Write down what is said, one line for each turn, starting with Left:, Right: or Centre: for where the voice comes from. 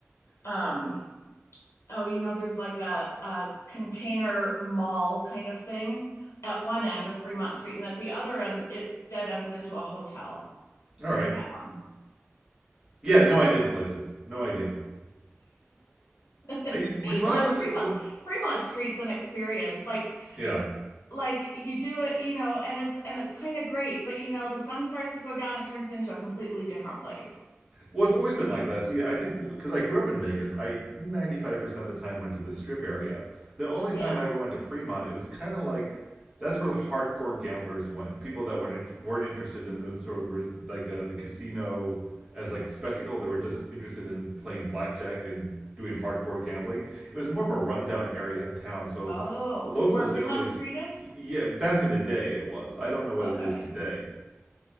Left: um oh, you know, there's like a a container mall kind of thing at one end of Fremont Street and at the other end it dead ends into a hotel. It
Right: All right.
Left: was that one.
Right: Yeah, no idea to place it. No idea.
Left: <laughs>
Right: Because when
Left: Well,
Right: I
Left: and
Right: lived
Left: Fremont
Right: in what.
Left: Fremont Street's an experience. Like
Right: Yeah,
Left: like you do it, you know, and it's and it's kind of great, but you know, the sun starts to go down, it turns into a completely different place.
Right: Well, it's always been like that. See, I think because I grew up in Vegas, I 95% of the time went to the strip area. The only time
Left: Yeah.
Right: I ever went to Fremont, it was kind of like that's where the hardcore gamblers went. People that weren't int- weren't interested in the sort of the, like uh, the casino as like a spectacle. They were just interested in playing blackjack and doing hardcore gambling. It was more of a rundown area of town, so
Left: Oh,
Right: locals
Left: where Fremont
Right: didn't really.
Left: Street is?
Right: Yeah, back in the day it was. I don't know what
Left: Okay.
Right: it is today.